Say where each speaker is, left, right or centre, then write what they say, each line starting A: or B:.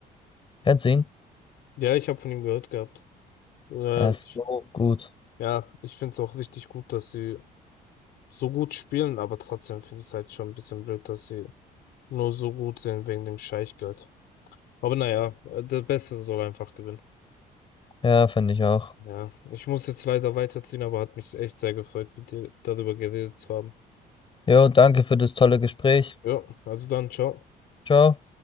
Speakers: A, on the left; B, on the left.
A: Kennst du ihn?
B: Ja, ich habe von ihm gehört gehabt. Ähm,
A: Er ist so gut.
B: ja, ich finde es auch richtig gut, dass sie so gut spielen, aber trotzdem finde ich es halt schon ein bisschen blöd, dass sie nur so gut sind wegen dem Scheichgeld. Aber naja, äh, der Beste soll einfach gewinnen.
A: Ja, finde ich auch.
B: Ja, ich muss jetzt leider weiterziehen, aber hat mich echt sehr gefreut, mit dir darüber geredet zu haben.
A: Jo, danke für das tolle Gespräch.
B: Ja, also dann, ciao.
A: Ciao.